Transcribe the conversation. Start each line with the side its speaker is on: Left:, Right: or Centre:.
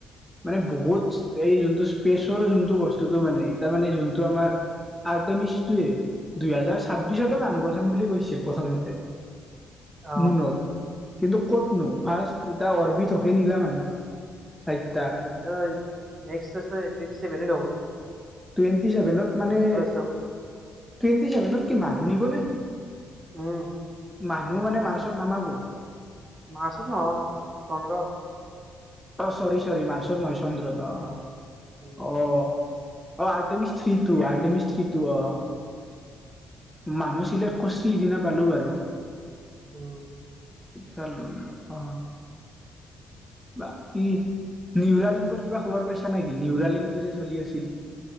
Centre: মানে বহুত এই যোনটো স্পেচৰ যোনটো বস্তুটো মানে তাৰ মানে যোনটো আমাৰ
Right: উম
Centre: আৰ্টেমিচটোৱে দুহেজাৰ ছাব্বিশতে
Right: উম
Centre: মানুহ পঠাম বুলি কৈছিল প্ৰথমতে
Right: আহ
Centre: জুনত কিন্তু কতনো ফাৰ্ষ্ট ইটা অৰবিধ হকে নিলা মানুহ চাৰিটা
Right: উন নেক্সট চভেলে ন
Centre: টুৱেণ্টি চেভেনত মানে টুৱেন্টি
Right: চব
Centre: চেভেনত কি মানুহ নিব নেকি
Right: উম
Centre: মানুহ মানে মাৰ্চত নামাবো
Right: মাৰ্চত নহয় চন্দ্ৰত
Centre: অ চৰি চৰি মাৰ্চত নহয় চন্দ্ৰত অ
Right: উম
Centre: অ অ Artemis three two Artemis three two অ মানুহ চিলেক্ট কৰিছে সিদিনা পালো বাৰু
Right: উম
Centre: চালন অ বাকী নিউৰালিংকৰ কিবা খবৰ পাইছা নেকি নিউৰালিংকটো যে চলি আছিল